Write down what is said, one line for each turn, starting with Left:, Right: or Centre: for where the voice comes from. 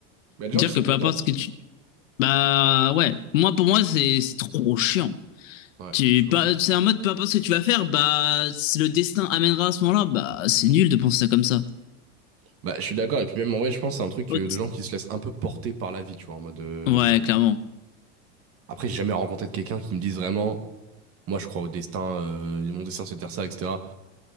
Right: Mais il y a des
Left: Dire
Right: gens qui sont
Left: que peu
Right: contents.
Left: importe ce que tu bah ouais, moi pour moi c'est c'est trop chiant.
Right: Ouais,
Left: Tu
Right: je peux
Left: pas
Right: comprendre.
Left: c'est un mode peu importe ce que tu vas faire bah si le destin amènera à ce moment-là bah c'est nul de penser ça comme ça.
Right: Bah, je suis d'accord. Et puis même, en vrai, je pense que c'est un truc
Left: Autre-
Right: euh, de gens qui se laissent un peu porter par la vie, tu vois, en mode... euh,
Left: Ouais, clairement.
Right: Après, j'ai jamais rencontré de quelqu'un qui me dise vraiment, moi, je crois au destin, euh, mon destin, c'est de faire ça, etc.